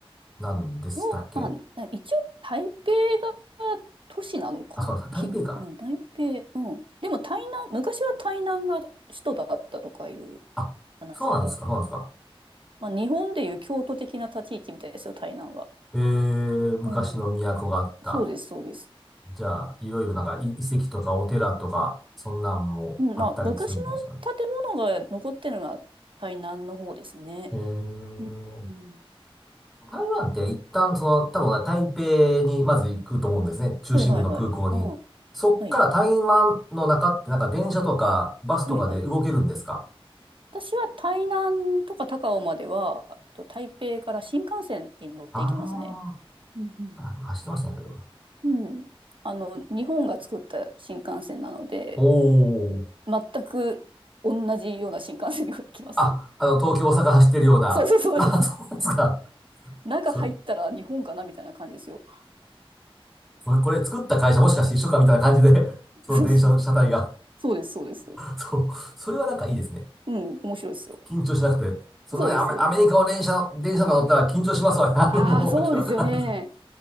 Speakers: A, in the centre; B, on the right (about 60°).
A: なんでしたっけ
B: どうなん、一応台北が都市なのかなひ、
A: あ、そうだ、台北か。
B: うん、台北、うん。でも台南、昔は台南が首都だったとかいう
A: あ、
B: 話が。
A: そうなんですか、そうなんですか。
B: まあ日本でいう京都的な立ち位置みたいですよ、台南は。
A: えー、昔の都があった。
B: うん。そうです、そうです。
A: じゃあ、いろいろなんかい遺跡とかお寺とか、そんなんもあったりするんでしょうかね。
B: うん、まあ昔の建物が残ってるのは台南の方ですね。
A: えー
B: うんうん
A: 台湾って一旦その、多分台北にまず行くと思うんですね。中心部の空港に。
B: はいはいはい。ああ、
A: そっから台湾の中ってなんか電車とかバスとかで動けるんですか
B: はい。はいはい。私は台南とか高雄までは、えっと台北から新幹線に乗っていきますね。
A: あ
B: うんうん。
A: ーあ、でも走ってましたね、それは。
B: うんあの、日本が作った新幹線なので、
A: おー。
B: 全く同じような新幹線が来ますよ。
A: あ、あの、東京、大阪走ってるような。
B: <laughs> そうそうそうです。
A: あ、そうですか。
B: 中入ったら日本かなみたいな感じですよ。
A: それ、これ、これ作った会社もしかして一緒かみたいな感じで、その電車の車体が。
B: そうそう。そうです、そうです。
A: そう。それはなんかいいですね。
B: うん、面白いですよ。
A: 緊張しなくて。そのね、
B: そうです、
A: アメ、
B: そうです。
A: アメリカを電車、電車とか乗ったら緊張しますわね。<laughs> あの、
B: ああ、
A: もうわけわからん。
B: そうですよね。